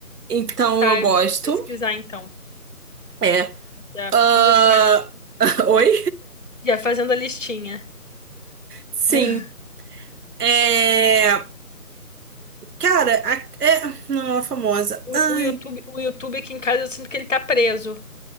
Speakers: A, on the right; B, on the left.
A: Então
B: Tá,
A: eu gosto.
B: eu vou pesquisar então.
A: é
B: Já
A: ah,
B: fiz essa listinha.
A: <laughs> oi?
B: Já fazendo a listinha.
A: Sim.
B: <laughs>
A: É. Cara, a- é. Não, ela é famosa.
B: O,
A: Ai.
B: o YouTube, o YouTube aqui em casa eu sinto que ele tá preso.